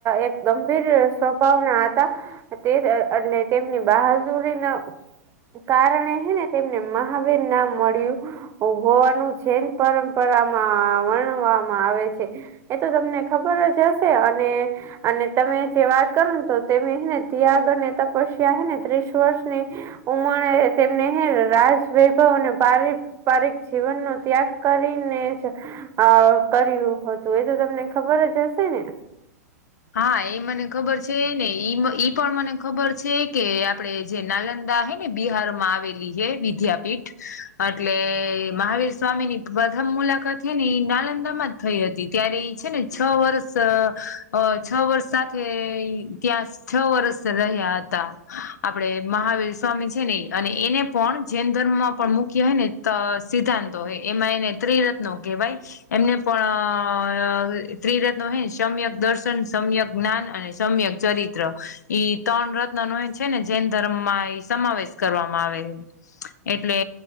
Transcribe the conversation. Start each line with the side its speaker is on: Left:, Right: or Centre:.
Right: એક ગંભીર સ્વભાવના હતા તે એટલે તેમની બહાદુરીના કારણે હે ને તેમને મહાવીર નામ મળ્યું. હોવાનું જૈન પરંપરામાં વર્ણવામાં આવે છે. એ તો તમને ખબર જ હશે અને અને તમે જે વાત કરો ને તો તેમે હે ને ત્યાગ અને તપસ્યા એને ત્રીસ વર્ષની ઉમરે તેમને હે ને રાજ લીધો અને ભાવિક પારિક જીવનનો ત્યાગ કરીને જ અ કર્યું હતું એ તો તમને ખબર જ હશે ને.
Left: હા એ મને ખબર છે ને ઈ ઈ પણ મને ખબર છે કે આપડે જે નાલંદા હે બિહાર માં આવેલી છે વિદ્યાપીઠ એટલે મહાવીર સ્વામી ની પ્રથમ મુલાકાત છે ને એ નાલંદા માં જ થઈ હતી ત્યારે એ છે ને છ વર્ષ અ છ વર્ષ સાથે ત્યાં છ વર્ષ રહ્યા હતા. આપડે મહાવીર સ્વામી છે ને અને એને પણ જૈન ધર્મમાં પણ મુખ્ય હોય ને ત સિદ્ધાંતો હોય એમાં એને ત્રિરત્નો કહેવાય એમને પણ ત્રિરત્નો હે સમ્ય દર્શ સમ્યક જ્ઞાન અને સમ્યક ચરિત્ર ઈ ત્રણ રત્ન નો એ છે ને જૈન ધર્મ માં સમાવેશ કરવામાં આવે હે એટલે